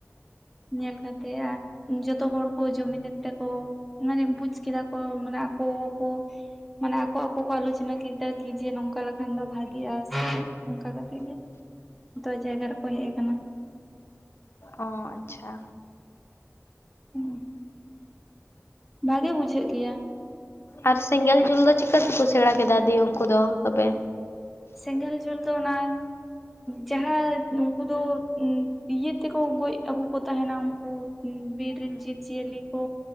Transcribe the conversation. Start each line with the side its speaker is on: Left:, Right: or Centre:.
Centre: ᱧᱮᱞ ᱠᱟᱛᱮᱜ ᱟᱨ ᱡᱚᱛᱚ ᱦᱚᱲ ᱠᱚ ᱡᱩᱢᱤᱫ ᱛᱮᱠᱚ ᱢᱟᱱᱮ ᱵᱩᱡ ᱠᱮᱫᱟ ᱠᱚ ᱢᱟᱱᱮ ᱟᱠᱚ ᱟᱠᱚ ᱠᱚ ᱢᱟᱱᱮ ᱟᱠᱚ ᱟᱠᱚ ᱠᱚᱣᱟᱜ ᱟᱞᱚᱱᱟ <inaudible> ᱠᱤ ᱡᱮ ᱱᱚᱝᱠᱟ ᱞᱮᱠᱷᱟᱱ ᱫᱚ ᱵᱷᱟᱜᱤᱜᱼᱟ ᱥᱮ ᱚᱱᱠᱟ ᱠᱟᱛᱮᱜ ᱜᱮ ᱡᱚᱛᱚ ᱡᱟᱭᱜᱟ ᱨᱮᱠᱚ ᱦᱮᱡ ᱟᱠᱟᱱᱟ
Left: ᱚ ᱟᱪᱪᱷᱟ
Centre: ᱦᱩᱸ ᱵᱷᱟᱜᱮ ᱵᱩᱡᱷᱟᱹᱜ ᱜᱮᱭᱟ
Left: ᱟᱨ ᱥᱮᱸᱜᱮᱞ ᱡᱩᱞ ᱫᱚ ᱪᱤᱠᱟᱹ ᱛᱮᱠᱚ ᱥᱮᱬᱟ ᱠᱮᱫᱟ ᱫᱤᱮ ᱩᱱᱠᱩ ᱫᱚ ᱛᱚᱵᱮ
Centre: ᱥᱮᱸᱜᱮᱞ ᱡᱩᱞ ᱫᱚ ᱚᱱᱟ ᱡᱟᱦᱟᱸ ᱩᱱᱠᱩ ᱫᱚ ᱤᱭᱟᱹ ᱛᱮᱠᱚ ᱜᱚᱡ ᱟᱹᱜᱩ ᱠᱚ ᱛᱟᱦᱮᱱᱟ ᱩᱱᱠᱩ ᱵᱤᱨ ᱨᱮᱱ ᱡᱤᱵᱽ ᱡᱤᱭᱟᱹᱞᱤ ᱠᱚ